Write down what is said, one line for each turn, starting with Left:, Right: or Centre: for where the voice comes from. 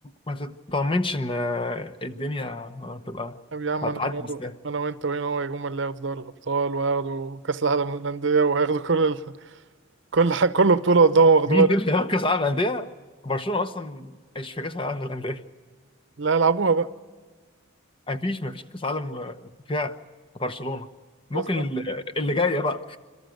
Left: ما تطمنش ان الدنيا هتبقى
Right: طب يا عم
Left: هتعدي
Right: انا هنا وهو-
Left: بسهوله
Right: انا وانت وهنا هو يجوا هم اللي هياخدوا دوري الابطال وهياخدوا كاس العالم للانديه وهياخدوا كل ال... <laughs> كل ح... كل بطوله قدامهم واخدوها
Left: مين دول في كاس العالم للانديه برشلونه اصلا مش في كاس العالم للانديه
Right: اللي هيلعبوها بقى
Left: مفيش مفيش كاس عالم فيها برشلونه ممكن
Right: اصلا
Left: ال- اللي جايه بقى